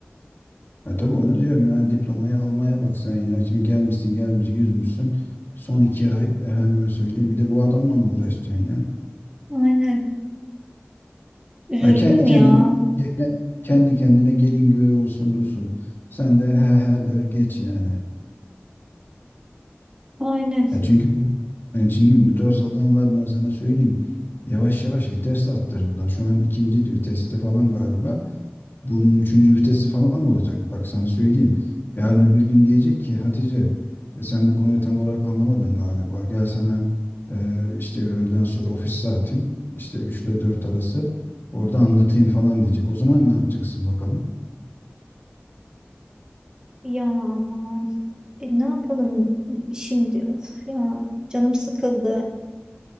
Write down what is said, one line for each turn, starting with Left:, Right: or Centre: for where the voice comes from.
Left: e tabii onu diyorum ya diplomayı almaya bak sen ya. Şimdi gelmişsin gelmişsin yüzmüşsün. Son iki ay efendime söyleyeyim bir de bu adamla mı uğraşacaksın ya?
Right: aynen üzüldüm
Left: Ha, kendi kendine
Right: ya
Left: ke- ke- kendi kendine gelin güvey olsun dursun. Sen de he he de geç yani.
Right: aynen
Left: Ya çünkü yani çünkü bu tarz adamlar ben sana söyleyeyim yavaş yavaş vites attırırlar. Şu an ikinci viteste falan galiba. Bunun üçüncü vitesi falan olacak. Bak sana söyleyeyim. Yarın öbür gün diyecek ki Hatice e, sen bu konuyu tam olarak anlamadın galiba. Gel sana e, işte öğleden sonra ofis saatim işte 3 ile 4 arası orada anlatayım falan diyecek. O zaman ne yapacaksın bakalım?
Right: ya aman E, ne yapalım şimdi? Of ya canım sıkıldı.